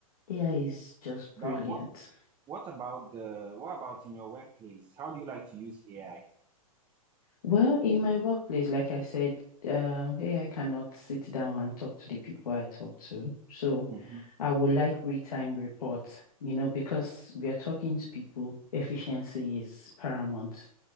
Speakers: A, on the left; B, on the right.
A: AI is just
B: But
A: brilliant.
B: what what about the what about in your workplace? How do you like to use AI?
A: Well, in my workplace, like I said, um, AI cannot sit down and talk to the people I talk to. So
B: Mm-hmm.
A: I would like real-time reports, you know, because we are talking to people, efficiency is paramount